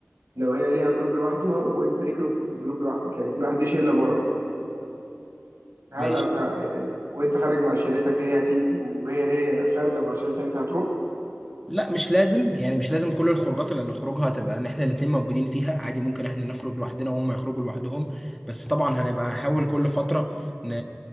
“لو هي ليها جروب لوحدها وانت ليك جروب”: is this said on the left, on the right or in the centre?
Right